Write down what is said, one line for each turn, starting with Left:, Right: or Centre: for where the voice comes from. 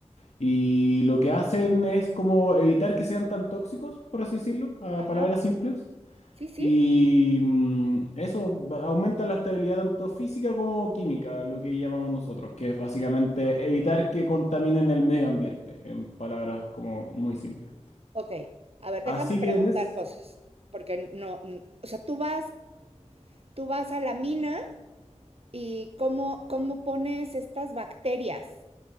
Left: Y lo que hacen es como evitar que sean tan tóxicos, por así decirlo, a
Right: Ajá.
Left: palabras simples.
Right: Sí, sí.
Left: Y mm, eso va- aumenta la estabilidad tanto física como química, lo que llamamos nosotros, que es básicamente evitar que contaminen el medio ambiente, en palabras como muy simples.
Right: Ok. A ver, déjame
Left: Así
Right: preguntar
Left: que, Nes,
Right: cosas, porque no, n- o sea, tú vas, tú vas a la mina y cómo, cómo pones estas bacterias.